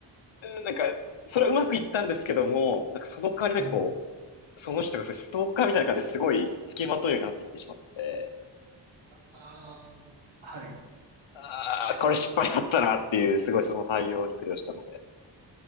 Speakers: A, on the left (about 80°); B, on the right (about 80°).
A: うんなんか、それはうまくいったんですけども、なんかその代わりなんかこ
B: はい。
A: う、その人がそういうストーカーみたいな感じですごい付きまとうようになってきてしまって、
B: ああ、はい。
A: ああ、これ失敗だったなっていう、すごいその対応に苦慮したので。